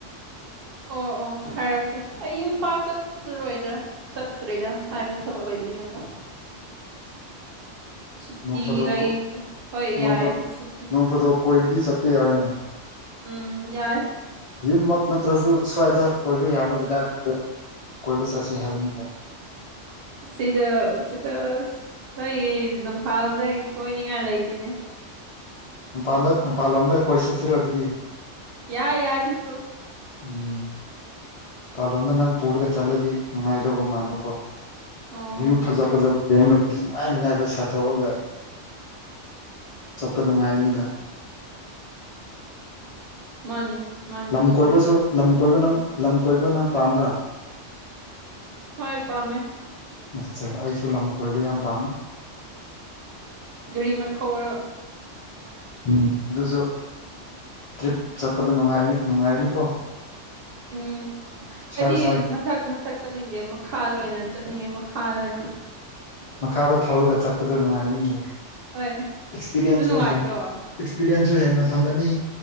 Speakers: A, on the right; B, on the left.
A: ꯑꯣ ꯑꯣ ꯍꯥꯏꯔꯛꯀꯦ ꯑꯩ ꯌꯨꯝ ꯄꯥꯛ ꯆꯠꯂꯔꯣꯏꯗ꯭ꯔꯥ ꯆꯠꯇ꯭ꯔꯦꯗ ꯍꯥꯏꯕꯗꯤ ꯊꯕꯛ ꯂꯩꯕꯗꯤ ꯅꯀꯣ
B: <inaudible>
A: ꯁꯨꯇꯤ
B: ꯅꯣꯡꯐꯥꯗꯣꯛ
A: ꯂꯩ
B: ꯀꯣꯏ
A: ꯍꯣꯏ
B: ꯅꯣꯡꯐꯥ
A: ꯌꯥꯏ ꯁꯨꯇꯤ
B: ꯅꯣꯡꯐꯥꯗꯣꯛ ꯀꯣꯏꯕꯗꯤ ꯆꯠꯄ ꯌꯥꯏꯅ
A: ꯎꯝ ꯌꯥꯏ
B: ꯌꯨꯝꯃꯛ ꯅꯠꯇ꯭ꯔꯁꯨ ꯁ꯭ꯋꯥꯏꯗ ꯀꯣꯏꯕ ꯌꯥꯕ ꯖꯒꯥꯗ ꯀꯣꯏꯕ ꯆꯠꯁꯤ ꯍꯥꯏꯕꯅꯤꯗ
A: ꯁꯤꯗ ꯁꯤꯗꯁ ꯅꯣꯏꯒꯤ ꯖꯝꯐꯥꯜꯁꯦ ꯀꯣꯏꯅꯤꯡꯉꯥꯏ ꯂꯩꯇꯦꯅꯦ
B: ꯃꯄꯥꯟꯗ ꯃꯄꯥꯟ ꯂꯣꯝꯗ ꯀꯣꯏ ꯆꯠꯁꯤꯔꯣ ꯑꯗꯨꯗꯤ
A: ꯌꯥꯏ ꯌꯥꯏ ꯗꯨꯁꯨ
B: ꯎꯝ ꯄꯥꯂꯣꯝꯗ ꯅꯪ ꯄꯨꯔꯒ ꯆꯠꯂꯗꯤ ꯅꯨꯡꯉꯥꯏꯗꯧꯕ ꯃꯥꯟꯕꯀꯣ
A: ꯑꯣ
B: ꯚ꯭ꯌꯨ ꯐꯖ ꯐꯖꯕ ꯌꯦꯡꯒꯗꯤ ꯅꯨꯡꯉꯥꯏ ꯅꯨꯡꯉꯥꯏꯕ ꯁꯥꯊꯣꯛꯑꯒ ꯆꯠꯄ ꯅꯨꯡꯉꯥꯏꯅꯤꯕ
A: ꯃꯥꯅꯤ ꯃꯥꯅꯤ
B: ꯂꯝ
A: ꯆꯨꯝꯃꯤ
B: ꯀꯣꯏꯕꯁꯨ ꯂꯝ ꯀꯣꯏꯕ ꯅꯪ ꯂꯝ ꯀꯣꯏꯕ ꯅꯪ ꯄꯥꯝꯕ꯭ꯔꯥ
A: ꯍꯣꯏ ꯄꯥꯝꯃꯦ
B: ꯑꯠꯆꯥ ꯑꯩꯁꯨ ꯂꯝ ꯀꯣꯏꯕ ꯌꯥꯝ ꯄꯥꯝꯃꯦ
A: ꯒꯥꯔꯤ ꯑꯃ ꯊꯧꯔꯒ
B: ꯎꯝ ꯑꯗꯨꯁꯨ ꯇ꯭ꯔꯤꯞ ꯆꯠꯄꯗ ꯅꯨꯡꯉꯥꯏꯔꯤ ꯅꯨꯡꯉꯥꯏꯔꯅꯤꯀꯣ
A: ꯎꯝ
B: ꯏꯁꯥ
A: ꯑꯗꯤ
B: ꯏꯁꯥꯒꯤ
A: ꯃ ꯊꯛ ꯆꯠꯅꯤꯡꯗꯦ ꯃꯈꯥꯗ ꯑꯣꯏꯅ ꯆꯠꯅꯤꯡꯉꯦ ꯃꯈꯥꯗ ꯑꯣꯏꯅ
B: ꯃꯈꯥꯗ ꯊꯧꯔꯒ ꯆꯠꯄꯗꯣ ꯅꯨꯡꯉꯥꯏꯔꯅꯤꯅꯦ
A: ꯍꯣꯏ
B: ꯑꯦꯛꯁꯄꯤꯔꯤꯌꯦꯟꯁꯁꯨ
A: ꯑꯗꯨ ꯅꯨꯡꯉꯥꯏꯇ꯭ꯔꯣ
B: ꯍꯦꯟ ꯑꯦꯛꯁꯄꯤꯔꯤꯌꯦꯟꯁꯁꯨ ꯍꯦꯟꯅ ꯐꯪꯒꯅꯤ